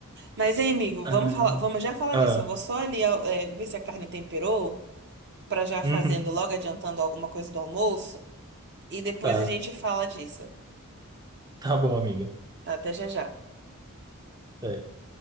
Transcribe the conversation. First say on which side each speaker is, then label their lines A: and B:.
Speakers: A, on the right (about 50°); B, on the right (about 20°).
A: Mas, hein, amigo,
B: Ai,
A: vamos falar, vamos já falar
B: Ah,
A: disso. Eu vou só ali, é, ver se a carne temperou, pra já
B: uhum,
A: fazendo logo adiantando alguma coisa do almoço. e depois
B: tá,
A: a gente fala disso,
B: tá bom, amiga.
A: tá? Até já já.
B: É.